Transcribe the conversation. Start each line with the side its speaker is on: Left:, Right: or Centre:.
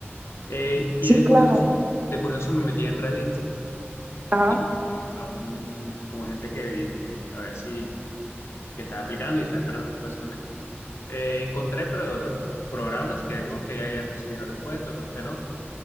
Left: Eh, y
Right: Sí,
Left: de
Right: claro.
Left: curioso, de curioso me metí en Reddit
Right: Ajá.
Left: y busqué a un, como gente que, que- a ver si que estaba aplicando y estaba esperando respuesta también. Eh, encontré, pero de otros programas, que algunos que ya hayan recibido respuesta, otros que no.